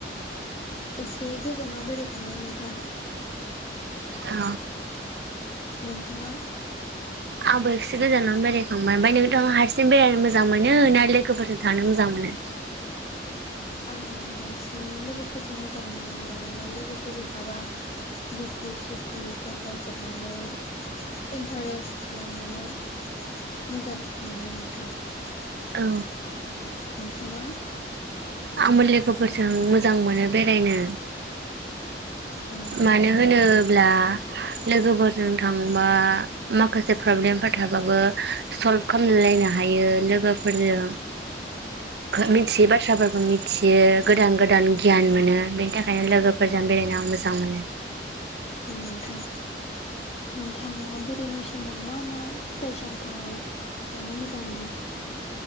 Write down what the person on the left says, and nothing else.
एसे गोजानाव बेरायखांबाय नोंथां।
नोंथाङा?
आङो बांसिन लोगोफोरजों मोजां मोनो मानोना लोगोफोरजों थाबा दुखु सुखु बावगारजोबनानै इन्टारेस्ट खालामनानै मोजां मोनो नोंथां। नोंथांङा?
औ नोंथां
औ नोंथां। नोंथाङा बेरायनाय समाव मा मा फिथाइ सामथाइ जानो मोजां मोनो।